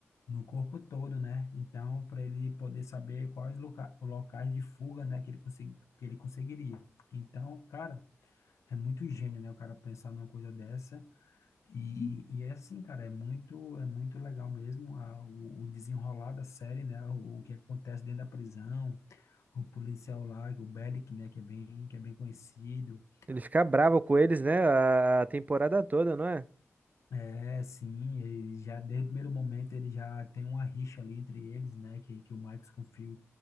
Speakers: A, on the left; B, on the right.
A: no corpo todo, né? Então, para ele poder saber quais loca locais de fuga, né, que ele consegui que ele conseguiria. Então, cara, é muito gênio, né? O cara pensar numa coisa dessa e, e é assim, cara, é muito, é muito legal mesmo a- o, o desenrolar da série, né? O, o que acontece dentro da prisão, o policial lá, o Bellic, né? Que é bem, que é bem conhecido.
B: Ele fica bravo com eles, né? A a temporada toda, não é?
A: É, sim, ele já desde o primeiro momento ele já tem uma rixa ali entre eles, né? Que, que o Marcos confia,